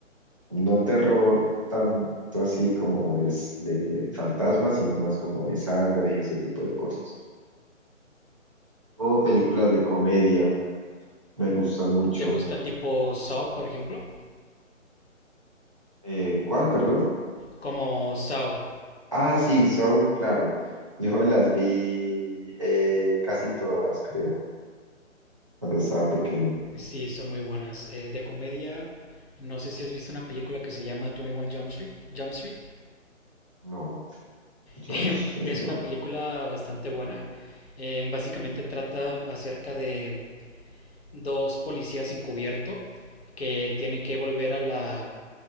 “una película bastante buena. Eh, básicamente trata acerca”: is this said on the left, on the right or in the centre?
Left